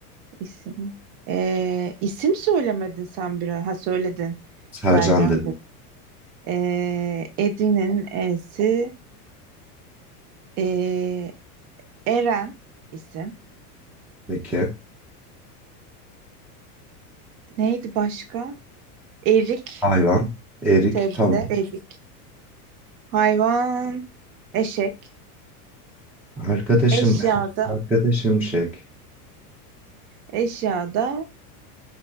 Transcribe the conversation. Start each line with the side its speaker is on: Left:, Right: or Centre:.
Right: isim. Ee, isim söylemedin sen bir. Ha söyledin.
Centre: Sercan
Right: Sercan.
Centre: dedim.
Right: Ee, Edirne'nin E'si. Ee, Eren isim.
Centre: Peki.
Right: Neydi başka? Erik,
Centre: Hayvan, erik,
Right: sebze,
Centre: tamam.
Right: erik. Hayvan, eşek.
Centre: Arkadaşım,
Right: Eşyada,
Centre: arkadaşım şek.
Right: eşyada